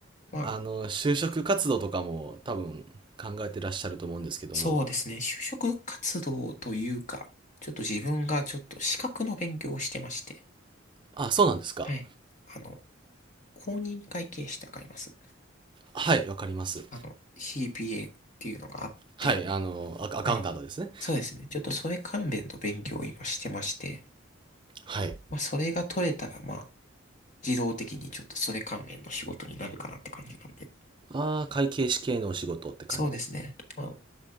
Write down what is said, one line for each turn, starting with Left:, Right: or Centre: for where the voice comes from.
Left: まあ、
Right: あの、就職活動とかも多分考えてらっしゃると思うんですけども。
Left: そうですね。就職活動というか、ちょっと自分がちょっと資格の勉強をしてまして、
Right: あ、そうなんですか。
Left: はい。あの、公認会計士ってわかります
Right: はい、わかります。
Left: あの、CPA っていうのがあって、
Right: はい、あの、アカアカウンタントですね。
Left: はい。そうですね。ちょっとそれ関連の勉強を今してまして、
Right: はい。
Left: まあ、それが取れたら、まあ、自動的にちょっとそれ関連の仕事になるかなって感じなんで。
Right: ああ、会計士系のお仕事って感じです。
Left: そうですね。まあ、